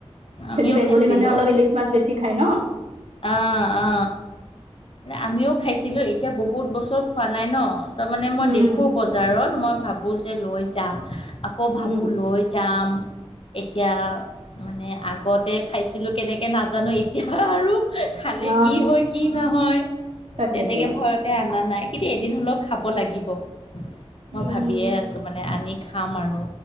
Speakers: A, on the left; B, on the right.
A: আমিও
B: সিহঁতি বেংগলী
A: খাইছিলো
B: মানুহে অলপ ইলিচ মাছ বেছি খায় ন।
A: অ অ আমিও খাইছিলো এতিয়া বহুত বছৰ খোৱা নাই ন তাৰ মানে মই
B: উম
A: দেখো ব। জাৰত মই ভাবোঁ যে লৈ যাম আকৌ
B: উম
A: ভাবোঁ লৈ যাম। এতিয়া মানে আগতে খাইছিলোঁ কেনেকৈ নাজানো এতিয়া আৰু। খালে
B: অ
A: কি হয় কি নহয়
B: তাকেতো
A: তেনেকে ভয়। তে আনা নাই কিন্তু এদিন হলেও খাব লাগিব মই
B: উম
A: ভা। ইয়ে আছোঁ মানে আনি খাম আৰু